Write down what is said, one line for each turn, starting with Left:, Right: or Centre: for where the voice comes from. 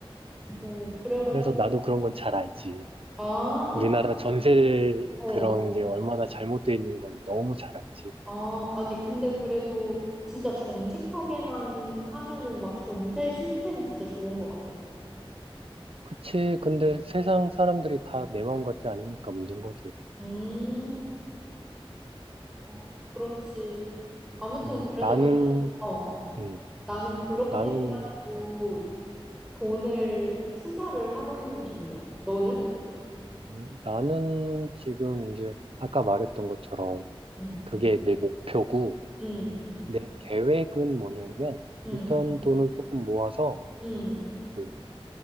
Centre: 오, 그래가지고.
Right: 그래서 나도 그런 건 잘 알지.
Centre: 아,
Right: 우리나라 전세
Centre: 어.
Right: 그런 게 얼마나 잘못돼 있는 걸 너무 잘 알지.
Centre: 아, 아니, 근데 그래도 진짜 정직하게만 하면은 막 전세 시스템 진짜 좋은 것 같아.
Right: 그치. 근데 세상 사람들이 다 내 마음 같지 않으니까 문제인 거지.
Centre: 음, 어, 그렇지. 아무튼,
Right: 음,
Centre: 그래서,
Right: 나는,
Centre: 나- 어,
Right: 음,
Centre: 나는 그렇게
Right: 나는,
Centre: 해가지고 돈을 투자를 하고 있는 중이야. 너는?
Right: 음, 나는 지금 이제 아까 말했던 것처럼
Centre: 응,
Right: 그게 내 목표고
Centre: 응,
Right: 내 계획은 뭐냐면
Centre: 응,
Right: 일단 돈을 조금 모아서
Centre: 응.
Right: 그